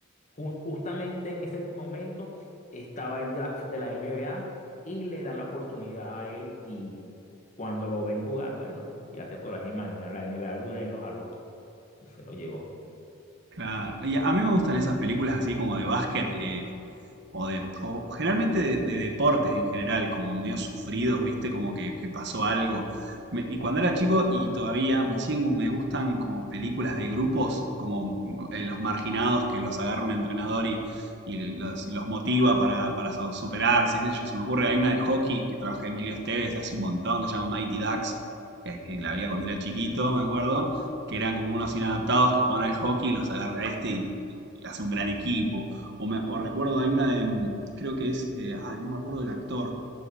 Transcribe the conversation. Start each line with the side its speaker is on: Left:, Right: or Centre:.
Left: Ju- justamente en ese momento estaba el draft de la NBA y le dan la oportunidad a él y cuando lo ven jugar, bueno, ya te podrás imaginar, la NBA de una vez lo jaló y se lo llevó.
Right: Claro. Y a mí me gustan esas películas así como de básquet, eh, o, de, o generalmente de, de deportes en general, como medio sufridos, ¿viste? Como que, que pasó algo. Me- y cuando era chico y todavía me siguen, me gustan como películas de grupos, como eh, los marginados que los agarra un entrenador y, y los, los motiva para, para so- superarse, qué sé yo. Se me ocurre, hay una de hockey que trabaja Emilio Esteves hace un montón, que se llama Mighty Ducks, que, que la había cuando era chiquito, me acuerdo, que eran como unos inadaptados que jugaban al hockey y los agarra este y, y hace un gran equipo. O, me- o recuerdo, hay una de, mm, creo que es, eh, ay, no me acuerdo del actor,